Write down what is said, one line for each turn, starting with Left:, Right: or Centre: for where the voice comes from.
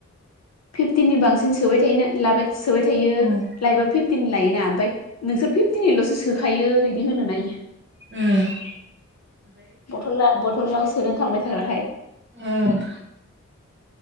Left: फिफ्टिननि बांसिन सोबाय थायो लाबाय सोबाय थायो
Right: उम
Left: लायबो फिफ्टिननि लायोना ओमफ्राय नोंसोर फिफ्टिननिल'सो सोखायो बिदि होनो नायो।
Right: ओम
Left: बथला बथलाव सोनो थांबाय थाग्राखाय
Right: उम